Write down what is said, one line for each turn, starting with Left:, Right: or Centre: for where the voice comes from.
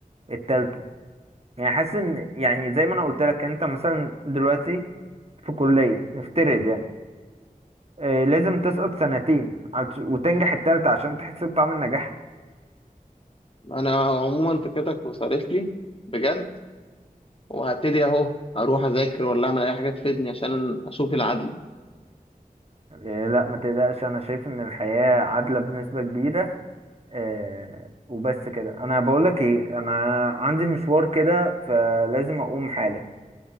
Right: التالتة يعني حاسس إن يعني زي ما أنا قلت لك أنت مثلا دلوقتي في كلية نفترض يعني آه، لازم تسقط سنتين عش- وتنجح التالتة عشان تحس بطعم النجاح
Left: انا عموما فكرتك وصارف لي بجد وهبتدي اهو اروح اذاكر ولا اعمل اي حاجه تفيدني عشان اشوف العدل
Right: آه، لا ما تقلقش أنا شايف إن الحياة عادلة بنسبة كبيرة آه وبس كده انا بقول لك ايه انا عندي مشوار كده فلازم اقوم حالا